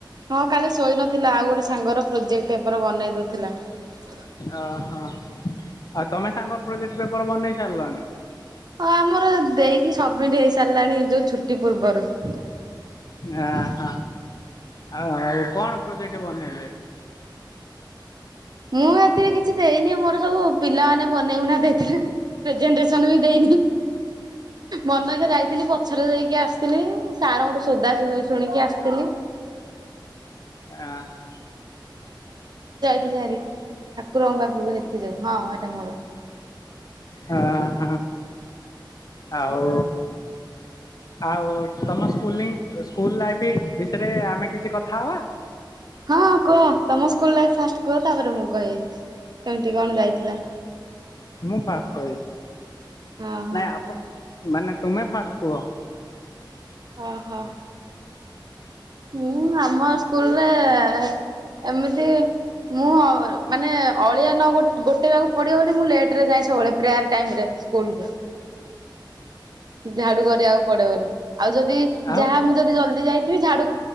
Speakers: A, on the right; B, on the left.
A: ହଁ କାଲି ଶୋଇ ନଥିଲା ଆଉ ଗୋଟେ ସାଙ୍ଗର ପ୍ରୋଜେକ୍ଟ ପେପର ବନେଇ ଦଉ ଥିଲା ।
B: ଓ ହଁ । ଆଉ ତମେ ସାଙ୍ଗ ପ୍ରୋଜେକ୍ଟ ପେପର ବନେଇ ସାରିଲଣି?
A: ହଁ ଆମର ଦେଇକି ସମିଟ ହେଇସାରି ଲାଣି ଯୋଉ ଛୁଟି ପୂର୍ବରୁ ।
B: ଆହା ଆଉ ଆଉ କଣ ପ୍ରୋଜେକ୍ଟ ବନେଇଲେ?
A: ମୁଁ ଏଥିରେ କିଛି ଦେଇନି ମୋର ସବୁ ପିଲାମାନେ ବନେଇବୁନା ଦେଇଥିଲେ ପ୍ରେଜେଣ୍ଟେସନ ବି ଦେଇନି ମନ ଇଚ୍ଛା ଯାଇଥିଲି ପଛରେ ଦେଇକି ଆସିଥିଲି । ସାର୍ ଙ୍କ ଠୁ ସୋଦା ଶୁ-ଶୁଣିକି ଆସିଥିଲି ।
B: ଆଁ ହଁ।
A: ହେଲାରେ ଠାକୁରଙ୍କ ପାଖକୁ ହେଥିରେ ହଁ ଏଟା ମୋର ।
B: ଆହା ଆଉ ଆଉ ତମ ସ୍କୁଲିଂ ସ୍କୁଲ ଲାଇଫ ବିଷୟରେ ଆମେ କିଛି କଥା ହବା?
A: ହଁ କୁହ ତମ ସ୍କୁଲ ଲାଇଫ ଫାଷ୍ଟ କୁହ ତାପରେ ମୁଁ କହିବି। କେମିତି କଣ ଯାଇଥିଲା?
B: ମୁଁ ଫାଷ୍ଟ କହିବି
A: ହଁ ହଁ।
B: ନାଇଁ ଆପଣ ମାନେ ତୁମେ ଫାଷ୍ଟ କୁହ ।
A: ଓହୋ। ମୁଁ ଆମ ସ୍କୁଲରେ ହ ଏମିତି ମୁଁ ମାନେ ଅଳିଆ ନ ଗୋ-ଗୋଟେଇବାକୁ ପଡିବ ବୋଲି ମୁଁ ଲେଟରେ ଯାଏ ସବୁବେଳେ ପ୍ରେୟାର ଟାଇମ୍ ରେ ସ୍କୁଲକୁ ଝାଡୁ କରିବାକୁ ପଡିବ ବୋଲି ଆଉ ଯଦି
B: ଆଉ
A: ଯାହା ମୁଁ ଯଦି ଜଲଦି ଯାଇଥିବି ଝାଡୁ